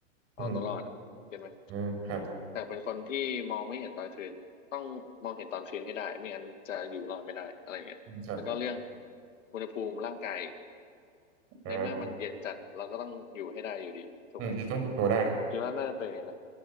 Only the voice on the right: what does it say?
อืมอืมครับ
อืมครับ
อ่า
อืมจะต้องปรับตัวได้นะ